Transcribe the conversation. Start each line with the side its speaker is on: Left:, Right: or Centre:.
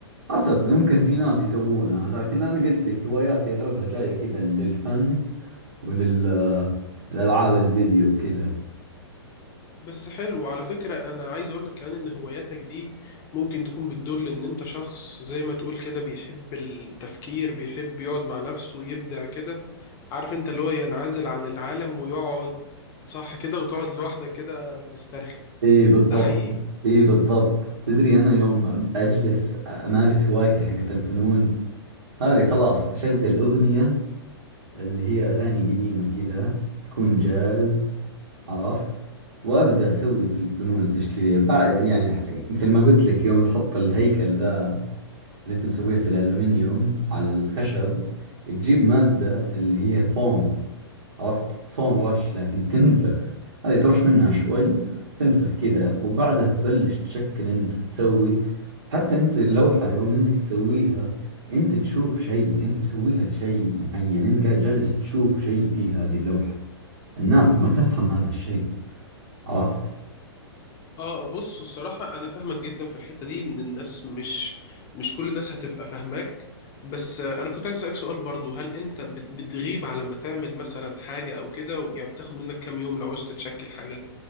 Right: حسب ممكن في ناس يسوونها لكن أنا قلت لك هواياتي أغلبها جاية كذا للفن وللألعاب الفيديو كذا
Left: بس حلو على فكرة أنا عايز أقولك كمان إن هواياتك دي ممكن تكون بتدل إن أنت شخص زي ما تقول كده بيحب التفكير بيحب يقعد مع نفسه يبدع كده عارف أنت اللي هو ينعزل عن العالم ويقعد صح كده وتقعد لوحدك كده تسترخي
Right: اي بالضبط
Left: ده حقيقي؟
Right: اي بالضبط تدري انا يوم أب- اجلس امارس هوايتي حقت الفنون هذه خلاص اشغل اغنية اللي هي اغاني قديمة كذا تكون جاز عرفت وابدا اسوي في الفنون التشكيلية بع- يعني ح- مثل ما قلت لك يوم تحط الهيكل ذا اللي انت مسويه في الالمنيوم على الخشب تجيب مادة اللي هي فوم عرفت فوم رش لكن تنفخ هذه ترش منها شوي وتنفخ كذا وبعدها تبلش تشكل انت وتسوي وحتى انت اللوحة يوم انك تسويها انت تشوف شيء انت مسويها لشيء معين انت قاعد جالس تشوف شيء في هذه اللوحة الناس ما تفهم هذا الشيء عرفت
Left: آه بص الصراحة أنا فاهمك جدا في الحتة دي إن الناس مش مش كل الناس هتبقى فاهماك بس آه، أنا كنت عايز أسألك سؤال برضو هل أنت بت- بتغيب على ما تعمل مثلا حاجة أو كده يعني بتاخد منك كام يوم لو عوزت تشكل حاجة